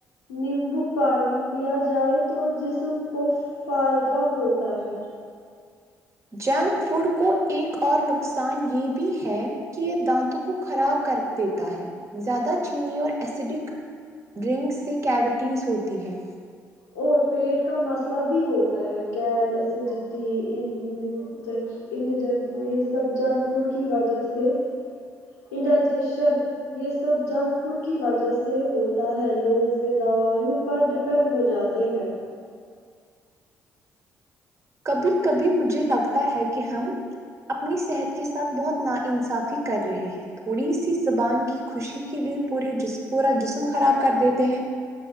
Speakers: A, on the left; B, on the right.
A: نیمبو پانی پیا جائے تو جسم کو فائد ہ ہوتا ہے
B: جنک فوڈ کو ایک اور نقصان یہ بھی ہے کہ یہ دانتوں کو خراب کر دیتا ہے زیادہ چینی اور ایسیڈک ڈرنکس سے کیوٹیز ہوتی ہے
A: اور پیٹ کا مسئلہ بھی ہوتا ہے گیس اسیڈیٹ ی ان جک ان جنک یہ سب جنک فڈ کی وجہ سے انڈائجیشن یہ سب جنک فوڈ کی وجہ سے ہوتا ہے لوگ پهر دوائیوں پر ڈیپینڈ ہو جاتے ہیں
B: کبھی کبھی مجھے لگتا ہے کہ ہم اپنی صحت کے ساتھ بہت نا انصافی کر رہے ہیں تھوڑی سی زبان کی خوشی کے لیے پورے جس پورا جسم خراب کر دیتے ہیں